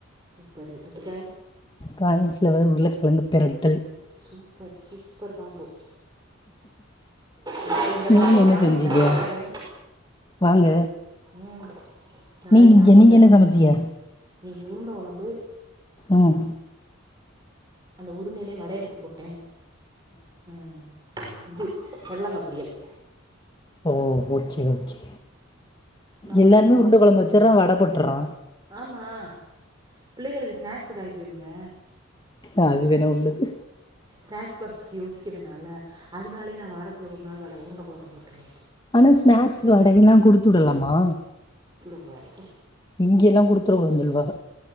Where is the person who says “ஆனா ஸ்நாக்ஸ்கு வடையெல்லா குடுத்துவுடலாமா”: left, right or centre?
Left